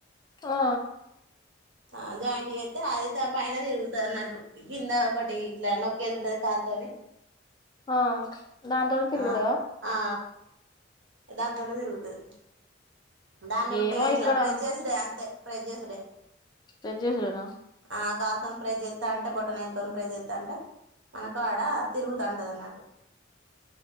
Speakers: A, on the left; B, on the right.
A: ఆ
B: ఆ జాయింట్ చేస్తే అది పైన తిరుగుతు అన్నట్టు కింద ఒకటి ఇట్లా నొక్కేది ఉంటది కాలుతోని.
A: ఆ దాని తోని తిరుగుతద
B: ఆ ఆ దాంతోనే తిరుగతది దాన్ని ఉట్టిగా
A: ఏమో
B: ఇట్లా
A: ఇక్కడ
B: ప్రై చేసిడే అంతే ప్రజెసుడే
A: వెజ్ చేసుడేనా
B: ఆ కాల్తున్ ఫ్రై చేస్తా అంటే బొటనా అల్తోని ఫ్రై చేస్తా అంటే మనకు ఆడ తిరుగుతూ ఉంటుది అన్నట్టు.